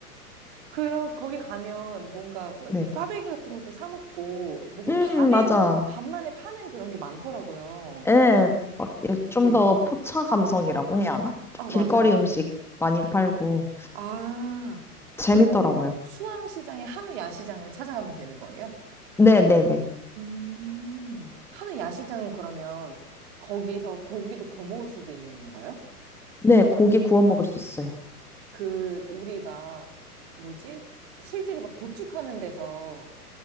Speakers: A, on the right; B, in the centre.
A: 그러, 거기 가면 뭔가 막
B: 네.
A: 이렇게 꽈배기 같은 것도 사 먹고 뭔가
B: 음,
A: 밤에,
B: 맞아.
A: 밤만에 파는 그런 게 많더라고요.
B: 예, 막, 예, 좀더
A: 네.
B: 포차 감성이라고 해야 하나? 좀
A: 아,
B: 길거리
A: 맞아요.
B: 음식 많이 팔고
A: 아,
B: 재밌더라고요.
A: 그러면 수암시장의 한우 야시장을 찾아가면 되는 거예요?
B: 네네네.
A: 음, 하는 야시장은 그러면 거기서 고기도 거먹을 수도 있는 건가요?
B: 네, 고기 구워 먹을 수 있어요.
A: 그, 우리 막, 뭐지? 실제로 막 도축하는 데서